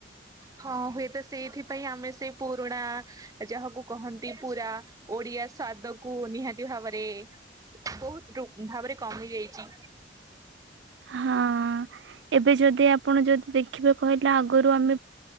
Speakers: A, on the right; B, on the right.
A: ହଁ ହୁଏତ ସେଇଥିପାଇଁ ଆମେ ସେଇ ପୁରୁଣା ଯାହାକୁ କହନ୍ତି ପୁରା ଓଡିଆ ସ୍ୱାଦ କୁ ନିହାତି ଭାବରେ ବହୁତ ଭାବରେ କମି ଯାଇଚି।
B: ହଁ ଏବେ ଯଦି ଆପଣ ଯଦି ଦେଖିବେ କହିଲେ ଆଗରୁ ଆମେ